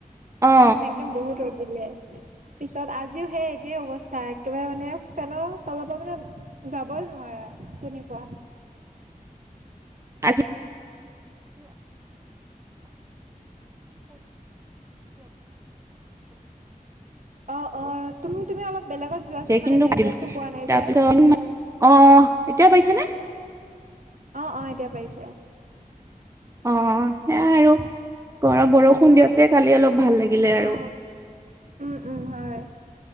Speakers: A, on the right (about 20°); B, on the right (about 60°).
A: অ
B: উম একদম বহুত ৰ'দ দিলে
A: <inaudible>
B: পিছত আজিও সেই একেই অৱস্থা একেবাৰে মানে ফেনৰ তলৰ পৰা মানে যাবই নোৱাৰা <unintelligible> তেনেকুৱা
A: আজি
B: অ অ তুম তুমি অলপ বেলেগত যোৱাচোন মানে
A: কিন্তু
B: নেটৱৰ্কটো পোৱা নাই
A: তাৰপিছত
B: যে
A: অ এতিয়া পাইছানে
B: অ অ এতিয়া পাৰিছে
A: অ সেয়াই আৰু গৰ বৰষুণ দিয়ওঁতে কালি অলপ ভাল লাগিলে আৰু
B: অ উম উম হয়